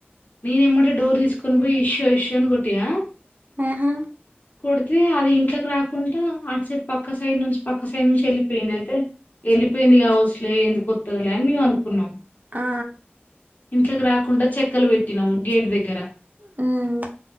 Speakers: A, on the left (about 45°); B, on the right (about 45°).
A: నేనుమ్మట డోర్ తీసుకొని పోయి ఇష్యూ ఇష్యో అని కొట్టినా
B: ఆహా
A: కొడితే అది ఇంట్లోకి రాకుండా అట్ సైడ్ పక్క పక్క సైడ్ నుంచి పక్క సైడ్ నుంచి వెళ్ళిపోయింది అయితే వెళ్ళిపోయింది కా అసలే ఎందుకు కొత్తదిలే అని మేము అనుకున్నాం
B: ఆ
A: ఇంట్లోకి రాకుండా చెక్కలు పెట్టినాం గేట్ దగ్గర,
B: హ్మ్